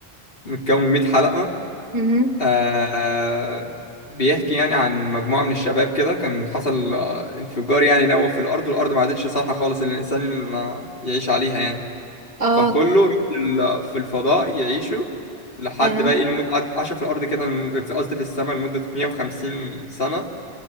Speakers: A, on the left (about 65°); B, on the right (about 40°).
A: متكون من 100 حلقة
B: اهم.
A: آه، بيحكي يعني عن مجموعة من الشباب كده كان حصل آه، انفجار يعني نووي في الارض والارض ما عادتش صالحة خالص ان الانسان آه، يعيش عليها يعني
B: آه،
A: فكله راح لل- في الفضاء يعيشوا لحد
B: أها،
A: بقى لمدة قعد- عاشوا في الأرض كده الم- في- قصدي في السماء لمدة 150 سنة